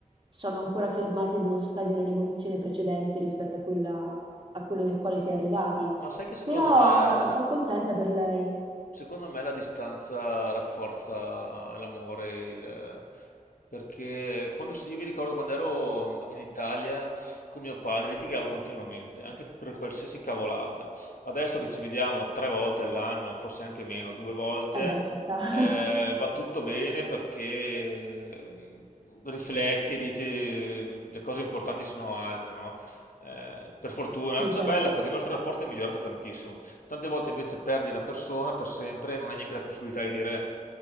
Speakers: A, on the right; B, on the left.
A: sono ancora fermati ad uno stadio dell'evoluzione precedente rispetto a quella- a quello del quale si è arrivati.
B: Ma sai che secondo
A: Però
B: me
A: sì,
B: la-
A: sono contenta per lei.
B: Secondo me la distanza rafforza eh, l'amore, il- perché quando, si- io mi ricordo quando ero mhmm, in Italia con mio padre litigavo continuamente, anche per qualsiasi cavolata. Adesso che ci vediamo tre volte all'anno, forse anche meno, due volte,
A: Eh beh, ci sta.
B: eh,
A: <laughs>
B: va tutto bene perché mm, rifletti e dici mhmm, le cose importanti sono altre, no? Eh, per fortuna,
A: Sì,
B: è una cosa
A: certo,
B: bella perché il nostro rapporto è migliorato tantissimo. Tante volte invece perdi la persona per sempre e non hai neanche la possibilità di dire